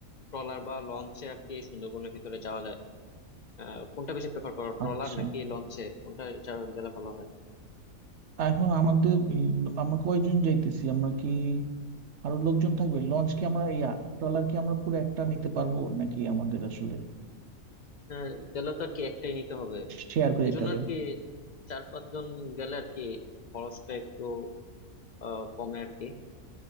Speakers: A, on the left; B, on the right.
A: ট্রলার বা লঞ্চে আর কি সুন্দরবনের ভিতরে যাওয়া যায় আহ কোনটা বেশি প্রেফার করো ট্রলার
B: আচ্ছা
A: নাকি লঞ্চে কোনটা যা- গেলে ভালো হয়
B: এখন আমাদের এই আমরা কয়জন যাইতেছি আমরা কি আরো লোকজন থাকবে লঞ্চ কি আমরা ইয়া ট্রলার কি আমরা পুরো একটা নিতে পারবো নাকি আমাদের আসলে
A: হ্যাঁ গেলে তো আর কি একটাই নিতে হবে
B: শেয়ার করে
A: এই
B: দিতে
A: জন্য
B: হবে
A: আর কি চার পাঁচজন গেলে আর কি খরচটা একটু আহ কমে আর কি